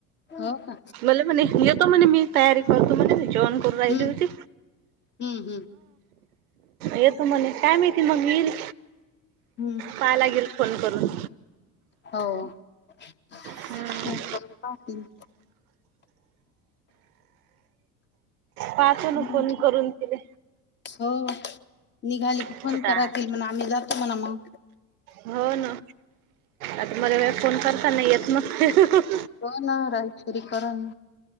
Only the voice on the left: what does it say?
हो का
हम्म
हम्म
हम्म.
हो. फोन
करून पाहते मी.
<inaudible> हम्म,
हो हो, निघाले की
फोन करा
ती म्हणा आम्ही जातो म्हणा मग
हो ना राजेश्वरी करण..